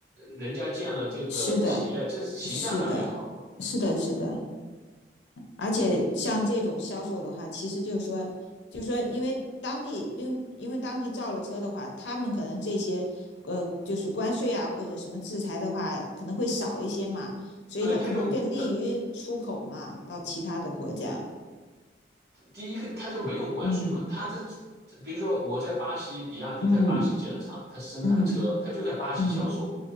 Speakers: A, on the right (about 60°); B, on the left (about 80°).
A: 人家建了这个企业，
B: 是的。
A: 这形象上也好嘛。
B: 是的，是的，是的，而且像这种销售的话，其实就是说，就是说，因为当地，因为因为当地造了车的话，他们可能这些呃，就是关税啊或者什么制裁的话，可能会少一些嘛，所以它可能更利于出口嘛，
A: 对，他就他
B: 到其他的国家。
A: 第一个他就没有关税嘛，
B: 嗯
A: 他这比如说我在巴西，比亚迪在巴西建了厂，
B: 嗯
A: 他生产的车，
B: 嗯
A: 他就在巴西销售，
B: 嗯，